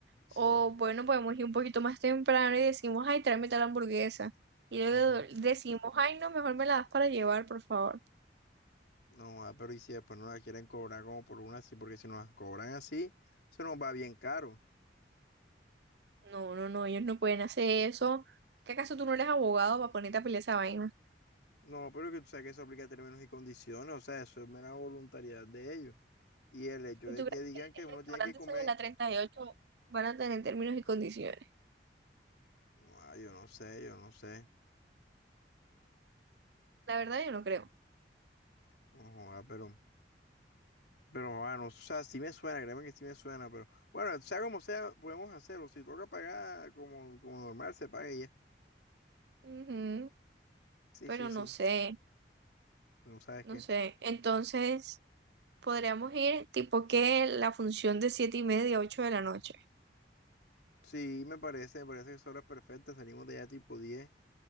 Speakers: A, on the left; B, on the right.
A: Sí.
B: O bueno, podemos ir un poquito más temprano y decimos, ay, tráeme tal hamburguesa. Y luego
A: Ujú.
B: decimos, ay, no, mejor me la das para llevar, por favor.
A: No, ah, pero y si después no la quieren cobrar como por una así, porque si nos las cobran así, se nos va bien caro.
B: No, no, no, ellos no pueden hacer eso. ¿Qué acaso tú no eres abogado para ponerte a pelear esa vaina?
A: No, pero que tú sabes que eso aplica a términos y condiciones, o sea, eso es mera voluntariedad de ellos. Y el hecho
B: ¿Y
A: de
B: tú crees
A: que digan
B: que
A: que
B: el
A: uno
B: restaurante
A: tiene que comer,
B: ese de la 38 van a tener términos y condiciones?
A: ah, yo no sé, yo no sé.
B: La verdad, yo no creo.
A: No, ah, pero, pero bueno, o sea, sí me suena, créeme que sí me suena, pero bueno, sea como sea, podemos hacerlo. Si toca pagar como, como normal, se paga y ya.
B: Ujú,
A: Sí,
B: Pero
A: sí, sí,
B: no sé.
A: no sabes
B: No
A: qué.
B: sé, entonces podríamos ir tipo que la función de siete y media ocho de la noche.
A: Sí, me parece, me parece que son horas perfectas, salimos de allá tipo 10